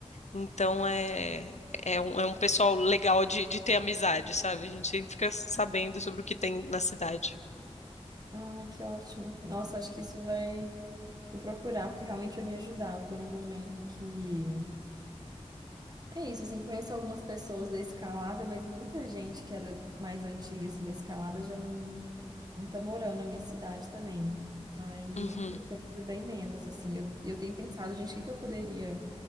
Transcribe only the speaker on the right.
Ai, que ótimo. Nossa, acho que isso vai. Vou procurar, porque realmente vai me ajudar. Eu tô num momento que. É isso, assim, conheço algumas pessoas da escalada, mas muita gente que era mais antiga, assim, da escalada já não, não tá morando na minha cidade também. Aí
eu tenho ido bem menos, assim. Eu, eu tenho pensado, gente, o que que eu poderia